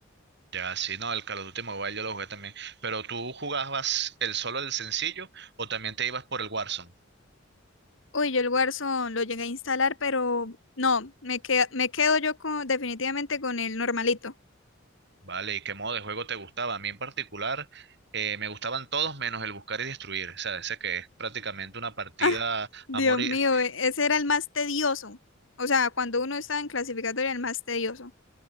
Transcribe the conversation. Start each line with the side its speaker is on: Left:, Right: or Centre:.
Right: Ya, sí, no, el Call of Duty Mobile yo lo jugué también. Pero tú jugabas el solo, el sencillo, o también te ibas por el Warzone,
Left: Uy, yo el Warzone lo llegué a instalar, pero no, me queda- me quedo yo con, definitivamente con el normalito.
Right: ¿vale? ¿Y qué modo de juego te gustaba? A mí en particular eh, me gustaban todos menos el buscar y destruir. O sea, ese que es prácticamente una partida
Left: Ah, Dios
Right: a morir.
Left: mío, e- ese era el más tedioso. O sea, cuando uno estaba en clasificatoria, el más tedioso.